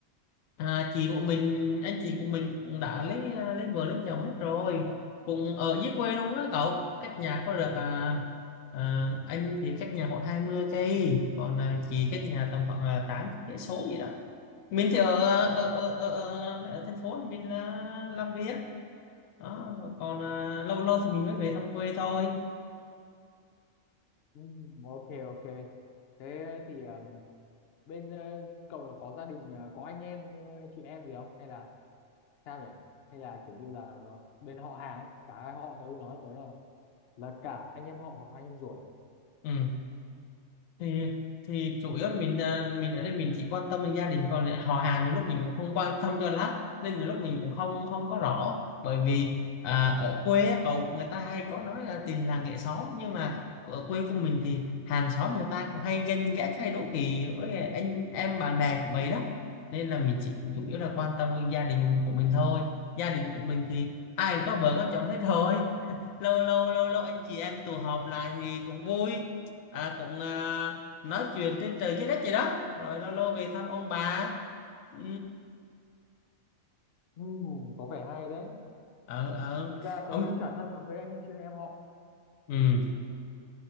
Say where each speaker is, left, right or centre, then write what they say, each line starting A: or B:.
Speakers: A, on the left; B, on the left.
A: à, chị của mình anh chị của mình cũng đã lấy à, lấy vợ lấy chồng hết rồi cùng ở dưới quê luôn á cậu cách nhà có được
B: ồ
A: à, à, anh thì cách nhà khoảng 20 cây còn à, chị cách nhà tầm khoảng à, 8 cây số gì đó mình thì ở
B: Ờ,
A: à, ở ở, ở, ở thành phố mình là làm việc đó Rồi còn à, lâu lâu thì mình mới về thăm quê thôi
B: ừm, ok ok thế thì ờ, bên ờ, cậu là có gia đình ờ, có anh em ờ, chị em gì không hay là sao nhỉ hay là kiểu như là có- bên họ hàng ấy cả hai họ tớ nói tớ là là cả anh em họ hoặc anh em ruột
A: ừ. thì thì chủ yếu là mình à, mình ở đây mình chỉ quan tâm đến gia đình còn lại họ hàng thì lúc mình cũng không quan tâm cho lắm nên là lúc mình cũng không không có rõ bởi vì à, ở quê á, cậu người ta hay có nói là tình làng nghệ xóm nhưng mà ở quê của mình thì hàng xóm người ta cũng hay ganh ghét hay đố kỵ với anh em bạn bè của vậy đó nên là mình chỉ chủ yếu là quan tâm đến gia đình của mình thôi gia đình của mình thì ai cũng có vợ có chồng hết rồi lâu lâu lâu lâu anh chị em tụ họp lại thì cũng vui à, cũng à, nói chuyện trên trời dưới đất vậy đó rồi lâu lâu về thăm ông bà ừ
B: Ừm, có vẻ hay đấy.
A: ờ ờ
B: Thực ra tớ
A: ông
B: cũng chả thân lắm với anh như chị em họ.
A: ừ